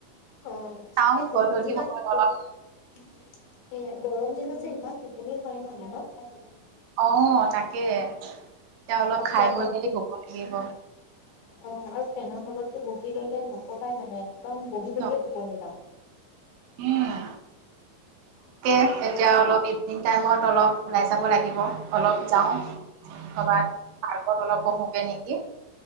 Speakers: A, on the left; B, on the right.
A: অঁ
B: চাওঁ
A: এই গৰম
B: গধূলি
A: দিনত
B: সময়ত অলপ
A: গ- এয়াই গৰম দিনত যে ইমান টোপনি ধৰে ন দিনত।
B: অঁ' তাকে এতিয়া অলপ
A: আৰু
B: খাই
A: ফেনত
B: বৈ মেলি শুব লাগিব।
A: অঁ' আৰু ফেনৰ তলতো বহি ল'লে নকবাই মানে একদম বহ- বহি
B: ন
A: বহিয়ে টোপনি যাওঁ।
B: উম' তাকে
A: কি
B: এতিয়া
A: ক'বা ইমান
B: অলপ এই- ইভিনিং টাইমত অলপ ওলাই যাব লাগিব অলপ যাওঁ। কৰ'বাত পাৰ্কৰ অলপ বহো গে নেকি।